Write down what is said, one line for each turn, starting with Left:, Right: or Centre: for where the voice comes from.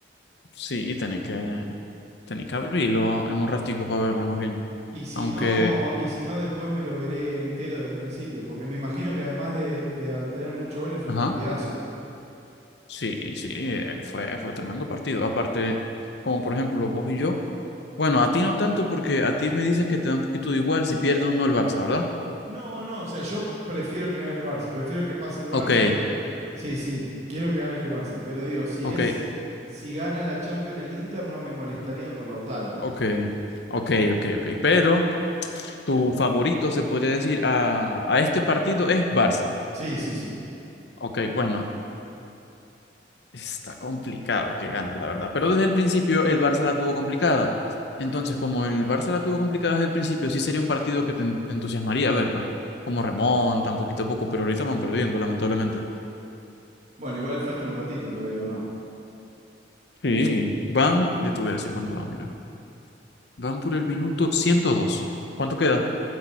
Left: Sí, y tenés que, tenés que abrirlo en un ratico para verlo más bien.
Right: Y si
Left: Aunque,
Right: no, y si no, después me lo veré entero desde el principio, porque me imagino que además de, de obtener muchos goles fue
Left: ajá,
Right: un partidazo.
Left: sí, sí, eh, fue, fue tremendo partido. Aparte, como por ejemplo vos y yo, bueno, a ti no tanto porque a ti me dices que te da un poquito de igual si pierde o no el Barça, ¿verdad?
Right: No, no, o sea, yo prefiero que gane el Barça, prefiero que pase el Barça.
Left: Ok,
Right: me- Sí, sí, quiero que gane el Barça, pero digo, si
Left: ok,
Right: es, si gana la Champions el Inter, no me molestaría por Lautaro.
Left: ok, ok, ok, ok. Pero tu favorito, se podría decir, a, a este partido es Barça.
Right: Sí, sí, sí.
Left: Ok, bueno, está complicado que gane, la verdad. Pero desde el principio el Barça la tuvo complicada. Entonces, como el Barça la tuvo complicada desde el principio, sí sería un partido que te en- entusiasmaría a ver, pues, como remontan poquito a poco, pero ahorita van perdiendo, lamentablemente.
Right: Bueno, igual falta un ratito todavía, ¿o no?
Left: Sí. Van, ya te voy a decir cuánto van, mira. Van por el minuto ciento dos, ¿Cuánto queda?